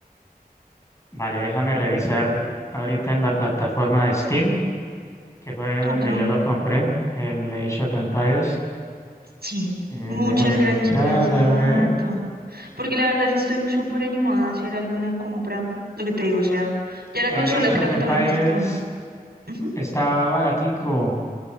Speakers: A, on the left (about 20°); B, on the right (about 75°).
A: Vale, déjame revisar ahorita en la plataforma de Steam, que fue
B: Ok.
A: donde yo lo compré, el Age of Empires.
B: Sí.
A: Eh,
B: Muchas
A: déjame
B: gracias
A: mirar,
B: por ese
A: a ver.
B: dato. Porque la verdad sí estoy súper animada a hacer alguna compra. Lo que te digo, o sea, ya la
A: El
B: consola
A: Age
B: creo
A: of Empires
B: que también me está quemando. Ujú.
A: está baratico.